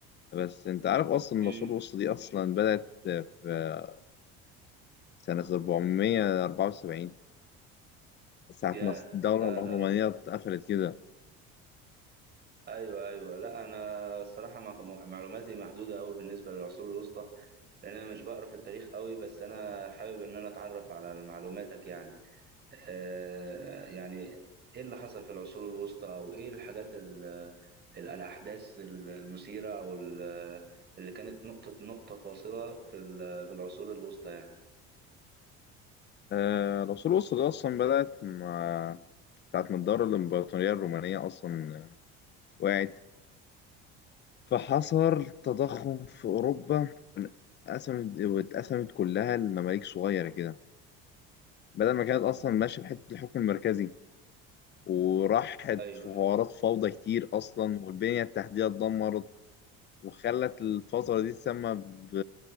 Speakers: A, on the left; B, on the right.
A: بس انت عارف اصلا إن
B: امم
A: العصور الوسطى دي اصلا بدأت آه، في سنة 474 ساعة
B: يا
A: ما الدولة
B: لا
A: العثمانية
B: ده الم-
A: اتقفلت كده
B: ايوه ايوه لا انا الصراحه مع- معلوماتي محدوده قوي بالنسبه للعصور الوسطى لان انا مش بقرا في التاريخ قوي بس انا حابب ان انا اتعرف على معلوماتك يعني آه يعني ايه اللي حصل في العصور الوسطى او ايه الحاجات ال ال- الاحداث المثيره او ال- اللي كانت نقطه نقطه فاصله في ال- في العصور الوسطى يعني
A: آه، العصور الوسطى دي اصلا بدأت مع ساعة ما الدولة الإمبراطورية الرومانية أصلا وقعت فحصل تضخم في أوروبا اتقسمت واتقسمت كلها لمماليك صغيرة كده بدل ما كانت أصلا ماشية بحتة الحكم المركزي وراحت
B: ايوه
A: في حوارات فوضى كتير أصلا والبنية التحتية اتدمرت وخلت الفترة دي تسمى ب...